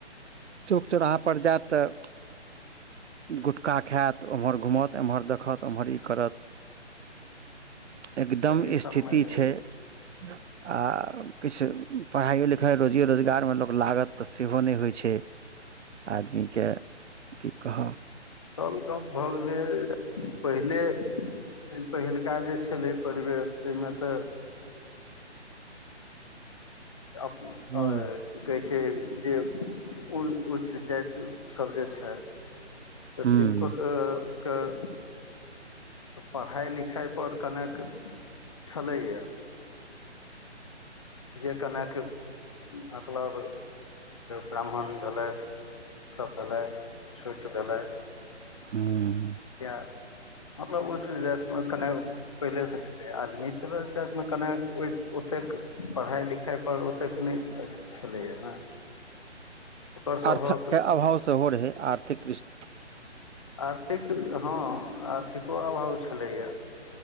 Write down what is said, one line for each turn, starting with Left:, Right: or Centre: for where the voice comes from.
Right: चौक चौराह पर जैत तऽ। गुटखा खैत ओम्हर घूमत एम्हर देखत ओम्हर ई करत। एकदम
Left: तही सबमे
Right: स्थिति
Left: रहै
Right: छै। <inaudible> आ किछ पढ़ाइओ लिखाइ रोजिए रोजगारमे लोक लागत तऽ सेहो नै होइ छै। आदमी केँ की कह
Left: <inaudible> असल गप भऽ गेलैए जे पहिले। फेन पहिल का जे छलै परिवेश तैयमे तऽ। <unintelligible>
Right: हूँ
Left: की कहै छै जे उऽ उच्च जैत सब जे छै। तऽ
Right: हूँ
Left: तनको। कऽ <inaudible> पढ़ाइ लिखाइ पर कनेक <inaudible> छलैया। जे कनेक <inaudible> मतलब ब्राह्मण भेलैथ। सब भेलैथ सोइत भेलैथ
Right: <unintelligible>
Left: य <inaudible> मतलब <unintelligible> पहिलेसँ छलै आदमी छल जा कने ओतेक पढ़ाइ लिख। खाइपर ओतेक नै अथी छलैए ने। ओकर सभक
Right: आर्थ केँ अभाव सेहो रहै आर्थिक दृष्टि।
Left: आर्थिक हँ आर्थिको अभाव छलैए।